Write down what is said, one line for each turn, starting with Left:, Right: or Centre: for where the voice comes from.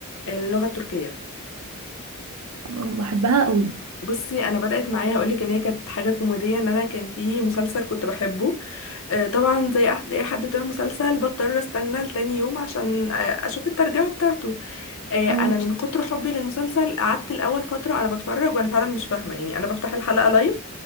Left: اللغه التركيه
Right: أه، بحبها قوي
Left: بصي انا بدات معايا هقولك ان هي كانت حاجه كوميديه ان انا كان في مسلسل كنت بحبه آه، طبعا زي أح- اي حد بتابع مسلسل بضطر استنى لتاني يوم عشان آه، اشوف الترجمه بتاعته آه،
Right: اه
Left: انا من كتر حبي للمسلسل قعدت الاول فتره انا بتفرج وانا فعلا مش فاهمه يعني انا بفتح الحلقه لايف